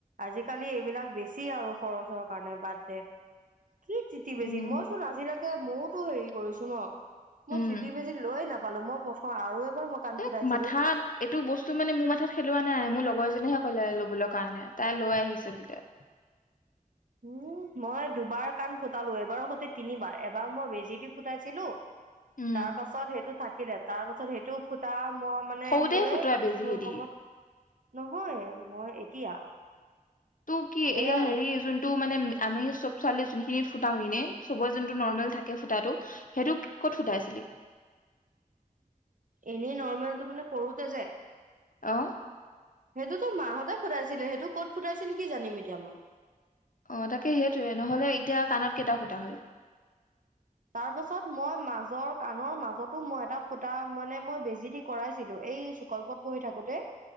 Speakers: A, on the right (about 65°); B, on the left (about 65°).
A: আজিকালি এইবিলাক বেছি আৰু খৰচৰ কাৰণে বাদ দে। কি তিতি
B: উম।
A: বেজী, মই চোন আজিলৈকে মোৰোতো হেৰি কৰিছো ন, মই
B: উম,
A: ট্ৰিতি বেজি লৈ নাপালো মই পথ আৰু এবাৰ মই কাণ
B: এ
A: ফুটাইছিলো।
B: মাথাত এইটো বস্তু মানে মোৰ মাথাত খেলোৱা নাই, মোৰ লগৰজনিয়েহে কলে ল'বলৈ কাৰণে তাই লৈ আহিছে বোলে। <inaudible>
A: উম মই দুবাৰ কাণ ফুটালো এইবাৰৰ সৈতে তিনিবাৰ, এবাৰ মই বেজি দি ফুটাইছিলো
B: উম,
A: তাৰ পাছত সেইটো থাকিলে, তাৰ পাছত সেইটো ফুতা মই মানে
B: সৰুতে
A: মোৰে
B: ফুটোৱা বেজি
A: ভুল
B: এদি।
A: কমত নহয় মই এতিয়া
B: তোৰ কি এই
A: এয়া
B: হেৰি যোনটো মানে আমি চব ছোৱালীয়ে যোনখিনিত ফুটাও ইনে চবৰ যোনটো নৰ্মেল থাকে ফুটাটো। সেইটো ক'ত ফুটাইছিলি?
A: এনেই নৰ্মেলটো মানে সৰুতে যে
B: অ।
A: সেইটোতো মাহঁতে ফুটাইছিলে, সেইটো কত ফুটাইছিল কি জানিম এতিয়া মই?
B: অ তাকে সেইটোৱে নহলে এতিয়া কাণত কেইটা ফুটা হল?
A: তাৰ পাছত মই মাজৰ কাণৰ মাজতো মই এটা ফুটা মানে মই বেজি দি কৰাইছিলো এ সেই চুকল্পত পঢ়ি থাকোতে,